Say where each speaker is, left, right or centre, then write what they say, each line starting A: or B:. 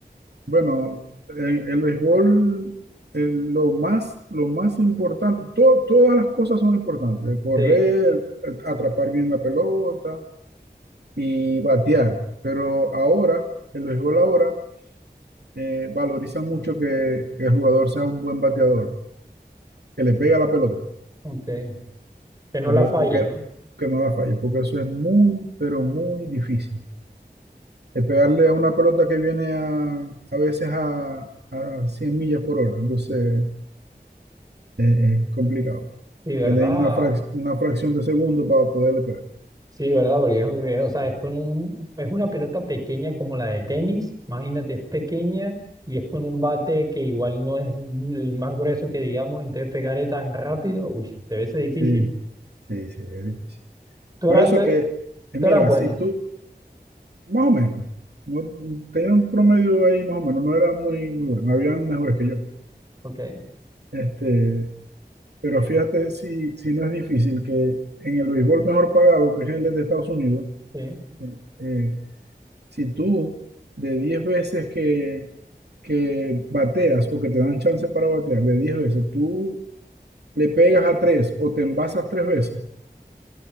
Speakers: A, on the right (about 75°); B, on the right (about 20°).
A: Bueno, en el béisbol, el- lo más, lo más importante, to- todas las cosas son importantes, el correr,
B: este?
A: el atrapar bien la pelota y batear. Pero ahora, el béisbol ahora, eh, valoriza mucho que el jugador sea un buen bateador, que le pegue a la pelota,
B: Ok, que no
A: pero
B: la falle,
A: porque,
B: ¿no?
A: que no la falle, porque eso es muy, pero muy difícil. El pegarle a una pelota que viene a, a veces a, a 100 millas por hora, entonces eh, es complicado.
B: Sí, ¿verdad?
A: Tenéis una, frac- una fracción de segundo para poderle pegar.
B: Sí, ¿verdad? Porque es, es- o sea, es con un, es una pelota pequeña como la de tenis, imagínate, es pequeña y es con un bate que igual no es el más grueso que digamos, entonces pegarle tan rápido, uy, debe ser difícil.
A: Sí, sí, sí, es difícil.
B: Tú
A: Por
B: eras,
A: eso
B: tú,
A: que, eh,
B: tú
A: mira,
B: eras bueno,
A: si tú, más o menos, no, tenía un promedio ahí más o menos, no era muy, muy bueno, habían mejores que yo.
B: ok,
A: Este, pero fíjate si, si no es difícil que en el béisbol mejor pagado, que es el de Estados Unidos,
B: sí,
A: eh, eh, si tú de 10 veces que, que bateas o que te dan chance para batear, de 10 veces, tú le pegas a 3 o te envasas tres veces